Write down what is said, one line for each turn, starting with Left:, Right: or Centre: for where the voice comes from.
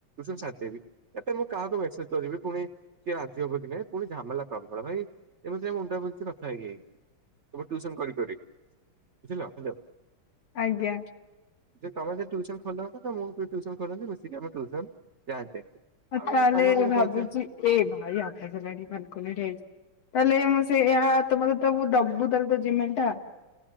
Right: ସାରିଦେବୀ, ଏ ମୁଁ କାହାକୁ ମେସେଜ କରିବି ପୁଣି କିିଏ ରାଜି ହବ କି ନାଇଁ, ପୁଣି ଝାମେଲା ପ୍ରବଳ, ଭାଇ ଏମିତି ମୁଣ୍ଡା ବିନ୍ଧୁଚି କଥା ହେଇ ହୋଇ। ସବୁ ଟ୍ୟୁସନ କରି କରି। ବୁଝିଲ ହାଲୋ
Left: ଆଜ୍ଞା
Right: ଯ ତମେ ଯଦି ଟ୍ୟୁସନ ଖୋଲନ୍ତ ତ ମୁଁ ବି ଟ୍ୟୁସନ ଖୋଲନ୍ତି, ମିଶିକି ଆମେ ଟ୍ୟୁସନ ଯାଆନ୍ତେ।
Left: ଆଉ ତାହେଲେ
Right: ତମେ ପୁଣି
Left: ଭାବୁଛି
Right: କହୁଛ
Left: ଏ ଭାଇ ଆବାଜ଼ ହେଲାଣି ବାଲକୋନୀ ଠିଆ ହେଇଛି। ତାହେଲେ ମୁଁ ସେ ଏହା ତମର ଦବୁ ତାହେଲେ ତ ଜିମେଲ ଟା।